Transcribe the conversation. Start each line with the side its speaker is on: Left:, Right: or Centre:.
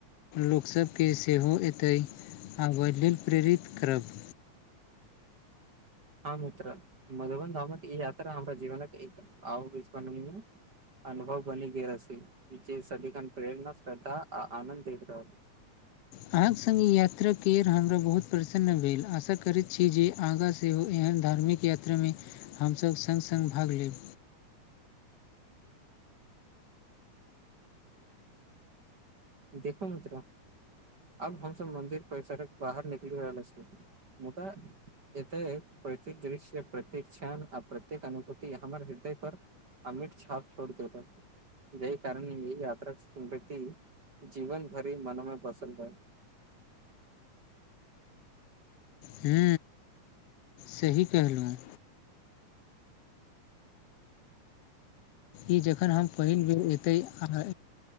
Left: लोकसभके सेहो एतै आबय लेल प्रेरित करब।
Right: हँ मित्र, मधुबन धामक ई यात्रा हमरा जीवनक अविस्मरणीय। अनुभव बनी गेल, सदैव प्रेरणा, श्रद्धा आ आनन्द दैत रहल।
Left: अहाँसंग यात्रामे हमरा बहुत प्रसन्नता भेल। आशा करैत छी जे आगाँ सेहो एहन धार्मिक। यात्रामे हमसभ संग संग भाग लेब।
Right: देखू मित्र, आब हमसभ मन्दिर परिसरक बाहर निकलि रहल छी। मुदा एतय प्रत्येक दृश्य, प्रत्येक क्षण आ प्रत्येक अनुभूति हमर हृदय पर अमित छाप छोड़ि देत, जाहि कारण ई यात्रा अविस्मरणीय अछि। जीवन भरि मोनमे बसल रहै।
Left: हू, सही कहलहुँ। ई जखन हम पहिल बेर एतऽ आ